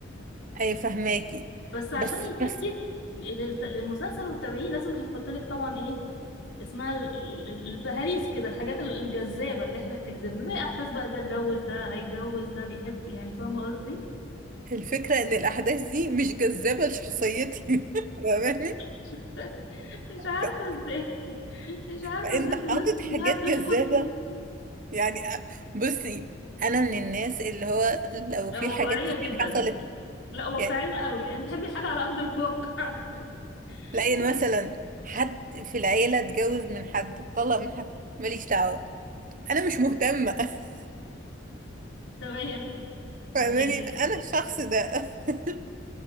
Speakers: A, on the right (about 45°); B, on the left (about 80°).
A: أي فهماكي
B: بس عشان
A: بس بس
B: يشدك للت- للمسلسل وتتابعيه لازم هيحط لك طبعا إيه؟ اسمها ال- ال- ال- البهاريس كده الحاجات ال- الجذابة اللي احنا بتجذبنا زي احداث بقى ده اتجوز ده هيتجوز ده بيحب يعني فاهمة قصدي
A: الفكرة إن الأحداث دي مش جذابة لشخصيتي <laughs> فاهماني
B: <laughs> مش عارفة
A: ف-
B: ازاي مش عارفة
A: فأنت
B: ازاي
A: حاطط
B: ده الناس كلها
A: حاجات
B: بتشكر
A: جذابة
B: فيه
A: يعني أ- بصي أنا من الناس اللي هو لو
B: واقعية
A: في حاجات كتير
B: جدا
A: حصلت
B: لا واقعية
A: يعني
B: قوي يعني بتحبي حاجة على أرض الواقع
A: لاقي
B: <laughs>
A: مثلا حد في العيلة اتجوز من حد اتطلق من حد ماليش دعوة أنا مش مهتمة <laughs>
B: تمام تمام
A: فاهماني انا الشخص ده <laughs>